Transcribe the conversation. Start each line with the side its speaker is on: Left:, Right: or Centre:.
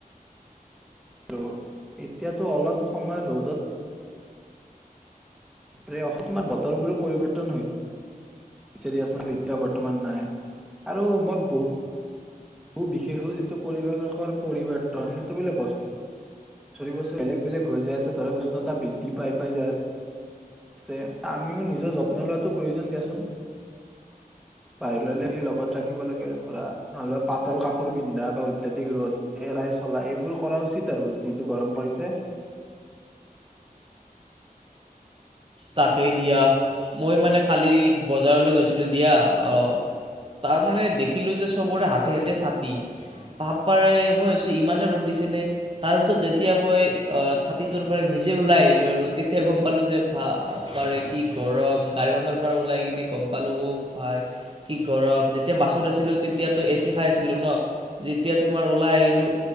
Centre: ত' এতিয়াতো অলপ সময় ৰদত বাপৰে অহা তোমাৰ বতৰবোৰো পৰিৱৰ্তন হৈ বিচাৰি আছো এতিয়া বৰ্তমান নাই আৰু মই বহুত বিশেষ যিটো পৰিৱেশৰ পৰিৱৰ্তন সেইটো বোলে বছৰি বছৰি বেলেগ বেলেগ হৈ যাই আছে ধৰা উষ্ণতা বৃদ্ধি পাই পাই যায় আছে আমিও নিজৰ যত্ন লোৱাটো প্ৰয়োজন দিয়াচোন বাহিৰলৈ আমি লগত ৰাখিব লাগে ধৰা নলোৱা পাতল কাপোৰ পিন্ধা বা অত্যাধিক ৰ'দ এৰাই চলা এইবোৰ কৰা উচিত আৰু যিটো গৰম পৰিছে
Right: তাকেই দিয়া মই মানে কালি বজাৰলৈ গৈছিলো দিয়া আহ তাৰ মানে দেখিলো যে চবৰে হাতে হাতে ছাতি পাপ পাৰে মইছো ইমানে ৰ'দ দিছেনে তাৰ পিছত যেতিয়া মই আহ ছাতিটোৰ পৰা নিজে ওলাই আহিলো আৰু তেতিয়া গম পালো যে বাপেৰে কি গৰম গাড়ীখনৰ পৰা ওলাই কিনে গম পালোঁ ভাই কি গৰম যেতিয়া বাছত আছিলোঁ তেতিয়াতো এ চি খাই আছিলোঁ ন যেতিয়া তোমাৰ ওলাই আহিলোঁ